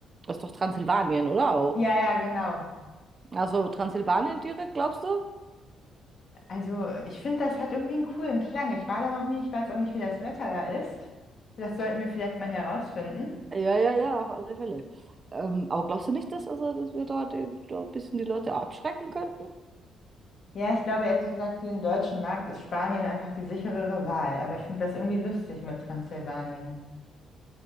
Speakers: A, on the right; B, on the left.
A: das ist doch Transsilvanien, oder auch?
B: Ja, ja, genau.
A: Also Transsilvanien direkt, glaubst du?
B: Also ich finde, das hat irgendwie einen coolen Klang. Ich war da noch nie, ich weiß auch nicht, wie das Wetter da ist. Das sollten wir vielleicht mal herausfinden.
A: Ja, ja, ja, auf alle Fälle. Ähm, aber glaubst du nicht, dass, also, dass wir da, die, da ein bisschen die Leute abschrecken könnten?
B: Ja, ich glaube ehrlich gesagt, für den deutschen Markt ist Spanien einfach die sicherere Wahl. Aber ich finde das irgendwie lustig mit Transsilvanien.